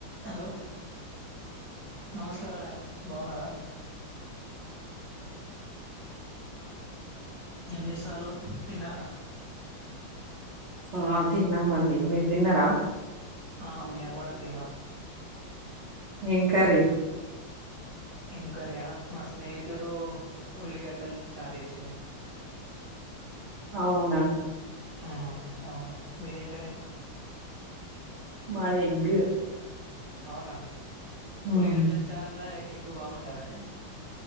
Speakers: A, on the right; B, on the right.
A: Hello నమస్కారండి బాగున్నారా ఏం చేసాలు తిన్నారా
B: ఆ తిన్నాం అండి మీరు తిన్నారా
A: ఆ మీయం కూడా తిన్నాం
B: ఏం కర్రీ
A: ఏం కర్రీయ మా స్నేహితుడు ఉల్లిగడ్డలు చారు చేసిండు
B: అవునా
A: ఆ అవును మీరేం కరం
B: మాది ఎగ్
A: అవునా
B: హ్మ్.
A: తులిగడ్ల చార్ల ఎగ్గు బాగుంటుందండి